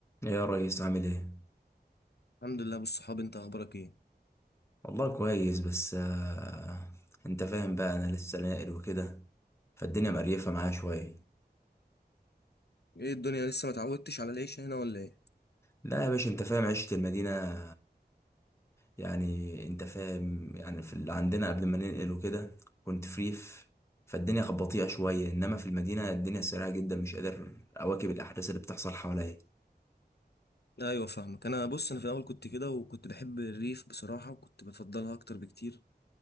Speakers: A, on the left; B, on the left.
A: ايه يا ريس عامل ايه
B: الحمد لله بالصحاب انت اخبارك ايه
A: والله كويس بس آه انت فاهم بقى انا لسه ناقل وكده فالدنيا مقريفه معايا شويه
B: ايه الدنيا لسه ما اتعودتش على العيش هنا ولا ايه
A: لا يا باشا انت فاهم عيشه المدينه يعني انت فاهم يعني في اللي عندنا قبل ما ننقل وكده كنت فريف فالدنيا كانت بطيئه شويه انما في المدينه الدنيا سريعه جدا مش قادر اواكب الاحداث اللي بتحصل حواليا
B: ايوه فاهمك انا بص انا في الاول كنت كده وكنت بحب الريف بصراحه وكنت بفضلها اكتر بكتير